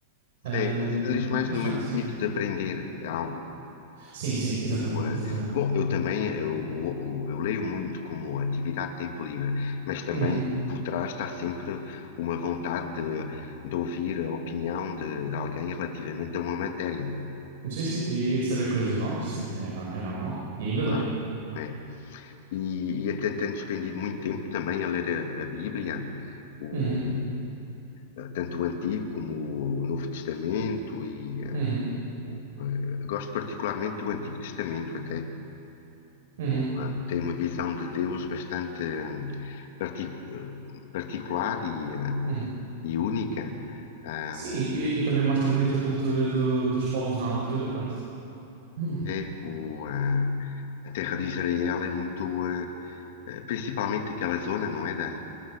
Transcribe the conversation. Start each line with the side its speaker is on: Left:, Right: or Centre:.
Right: Ahm,
Left: Eh, eh, lês mais
Right: mas
Left: no
Right: pronto,
Left: intuito
Right: sim.
Left: de aprender algo?
Right: Sim, sim, exatamente,
Left: O, eh,
Right: exatamente.
Left: bom, eu também eu, o- eu leio muito como atividade de tempo livre, mas também
Right: Uhum.
Left: por trás está sempre uma vontade de, de ouvir a opinião de, de alguém relativamente a uma matéria,
Right: Sim, sim. E, e de saber coisas novas, sim, é, nor- é normal. E ainda
Left: claro.
Right: bem.
Left: é e, e até tenho despendido muito tempo também a ler a, a Bíblia, o,
Right: Uhum,
Left: eh, tanto o Antigo como o Novo Testamento, e eh,
Right: uhum,
Left: o, eh, gosto particularmente do Antigo Testamento até.
Right: uhum,
Left: O, eh, tem uma visão de Deus bastante eh, particu- eh, particular e, eh,
Right: uhum.
Left: e única. Ah,
Right: Sim, e, e- e também mostra muito a cultura do- dos povos na altura, pronto. <laughs>
Left: é o, ah, a terra de Israel é muito, ah, eh, principalmente aquela zona, não é? Da,